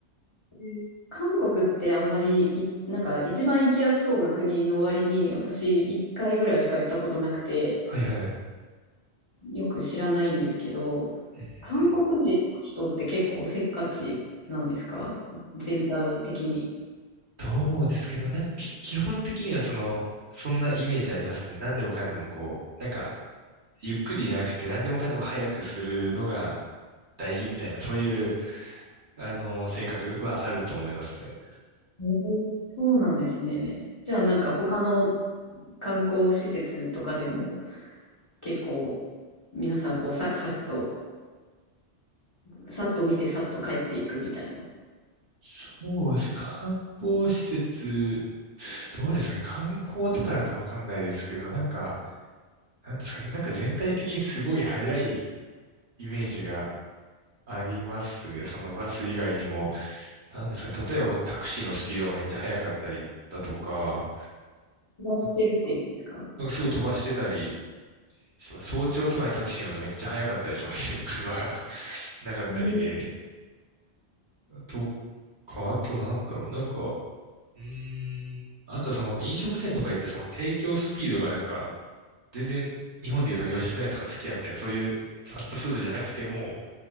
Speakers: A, on the left (about 30°); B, on the right (about 50°).
A: で韓国ってあんまりい、なんか一番行きやすそうな国の割に、私一回ぐらいしか行ったことなくて、
B: はいはい。
A: よく知らないんですけど、
B: うんうんうん
A: 韓国人の人って結構せっかちなんですか全体的に。
B: どうですけど、なんかき基本的にはその、そんなイメージありますね。何でもかんでもこう、なんか、ゆっくりじゃなくて何でもかんでも早くするのが大事みたいな、そういう、あの、性格はあると思いますね。
A: えーそうなんですね。じゃあなんか他の観光施設とかでも結構皆さんこうサクサクと、さっと見てさっと帰っていくみたいな。
B: そうですね。観光施設、どうですかね。観光とかだとわかんないですけど、なんか、なんですかね。なんか全体的にすごい早いイメージがありますね。そのバス以外にも。なんですかね。例えばタクシーのスピードがめっちゃ速かったりだとか、
A: 暮らしてるっていうことですか
B: あなんかすごい飛ばしてたりします。早朝とかにタクシー乗るとめっちゃ早かったりしますね。<laughs> 車が <laughs> なかったりで。
A: えー
B: とか、あとなんだろう。なんか、うーん。あとその飲食店とか行ってその提供スピードがなんか全然日本でいうその吉野家とかすき家みたいなそういうファストフードじゃなくても